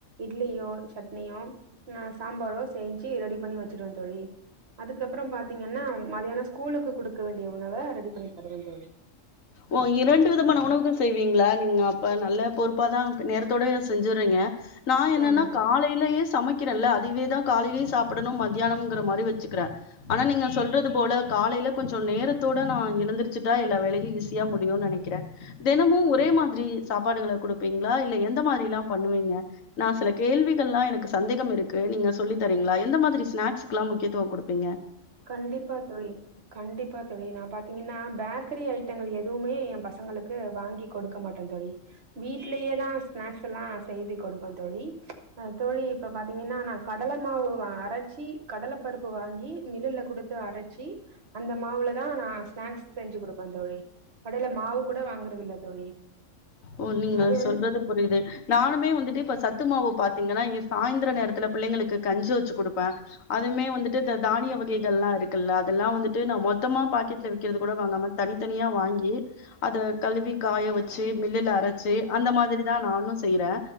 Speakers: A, on the right; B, on the left.
A: இட்லியோ சட்னியோ ஆ சாம்பாரோ செஞ்சு ரெடி பண்ணி வச்சிருவே தோழி. அதுக்கப்புறோ பாத்தீங்கன்னா மத்தியானோ ஸ்கூலுக்கு குடுக்க வேண்டிய உணவ ரெடி பண்ணி தருவே தோழி.
B: ஓ இரண்டு விதமான உணவுகள் செய்வீங்களா நீங்க அப்ப நல்ல பொறுப்பாதா க் நேரத்தோட செஞ்சர்றீங்க நா என்னன்னா
A: ஆமா தோழி
B: காலையிலயே சமை க்கிறேன்ல அதயவேதா காலயிலயு சாப்பிடணு மத்தியானம்ங்கிற மாரி வச்சுக்கறேன் ஆனா நீங்க சொல்றது போல காலைல கொஞ்ச நேரத்தோட நா எழுந்திரச்சுட்டா எல்லா வேலயு ஈசி யா முடியுன்னு நெனைக்கிறே. தெனமு ஒரே மாதிரி சாப்பாடுகள குடுப்பீங்களா இல்ல எந்த மாரி எல்லா பண்ணுவீங்க? நா சில கேள்விகள் எல்லா எனக்கு சந்தேகம் இருக்கு நீங்க சொல்லி தரீங்களா? எந்த மாதிரி ஸ்நாக்ஸ்க்லா முக்கியத்துவம் கொடுப்பீங்க
A: கண்டிப்பா தோழி கண்டிப்பா தோழி நா பாத்தீங்கன்னா பேக்கரி ஐட்டங்கள் எதுவுமே ஏன் பசங்களுக்கு வாங்கி கொடுக்க மாட்டே தோழி. வீட்லயேதா ஸ்நாக்ஸ் எல்லா செய்து கொடுப்பே தோழி ஆ தோழி இப்ப பாத்தீங்கன்னா நா கடல மாவு அரச்சி கடலப்பருப்பு வாங்கி மில்லுல குடுத்து அரச்சி அந்த மாவுலதா நா ஸ்நாக்ஸ் செஞ்சு குடுப்பே தோழி கடைல மாவு கூட வாங்கறது இல்ல தோழி.
B: ஓ நீங்க
A: அது வந்து
B: சொல்றது புரியுது நானுமே வந்து து இப்ப சத்து மாவு பாத்தீங்கன்னா எ சாயந்திர நேரத்துல பிள்ளைங்களுக்கு கஞ்சி வச்சு குடுப்பே. அதுமே வந்துட்டு இந்த தானிய வகைகள்லா இருக்குல்ல அதெல்லா வந்துட்டு நா மொத்தமா பாக்கெட்ல விக்கறது கூட வாங்காம தனித்தனியா வாங்கி அத கழுவி காய வச்சு மில்லுல அரைச்சு அந்த மாதிரிதா நானும் செய்றே